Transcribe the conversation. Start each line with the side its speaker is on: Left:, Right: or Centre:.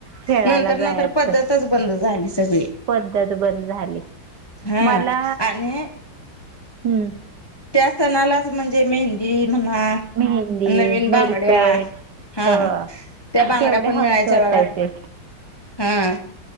Right: खेळायला
Left: नंतर
Right: जायचं
Left: नंतर पद्धतच बंद झाली सगळी.
Right: पद्धत बंद झाली.
Left: हा
Right: मला
Left: आणि
Right: हम्म.
Left: त्या सणालाच म्हणजे मेहंदी म्हणा
Right: मेहंदी,
Left: नवीन बांगड्या
Right: नेलपेंट
Left: हा
Right: हो
Left: त्या बांगड्या
Right: केवढे
Left: पण
Right: हौस
Left: मिळायच्या
Right: वाटायचे
Left: बघा. हा,